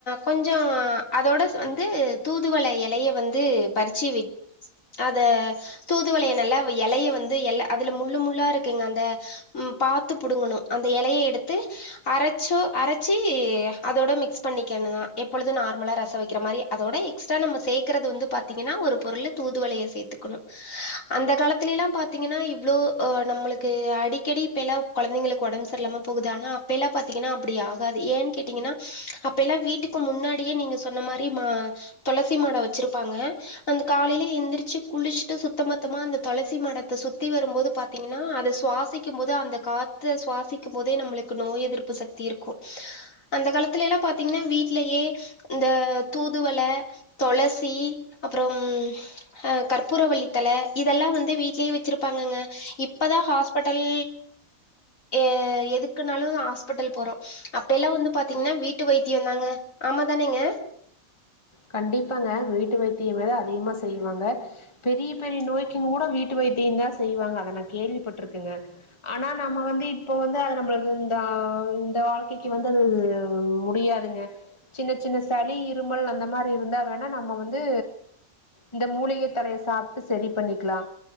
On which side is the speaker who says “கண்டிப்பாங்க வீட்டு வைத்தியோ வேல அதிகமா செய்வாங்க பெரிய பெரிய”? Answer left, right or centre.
Left